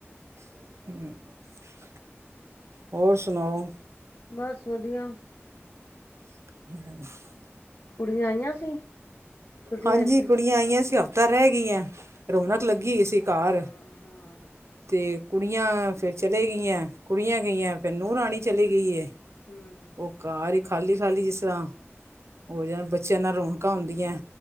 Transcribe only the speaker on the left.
ਬਸ ਵਧੀਆ।
ਕੁੜੀਆਂ ਆਈਆਂ ਸੀ? ਛੁੱਟੀਆਂ
ਚ
ਹਾਂ ਹਾਂ
ਹਮ